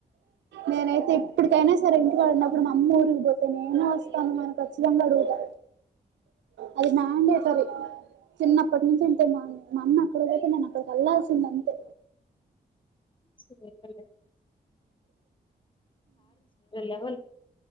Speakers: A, on the right (about 80°); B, on the left (about 25°).
A: నేనైతే ఇప్పటికైనా సరే ఇంటికాడ ఉన్నప్పుడు మా అమ్మ ఊరికిపోతే నేను వస్తాను మ అని ఖచ్చితంగా అడుగుతా అది నాం <unintelligible> డే సరే చిన్నప్పటి నుంచి అంతే మా మా అమ్మ అక్కడ పోతే నేను అక్కడికి వెళ్లాల్సిందే అంతే
B: సవే క <inaudible> లెవెల్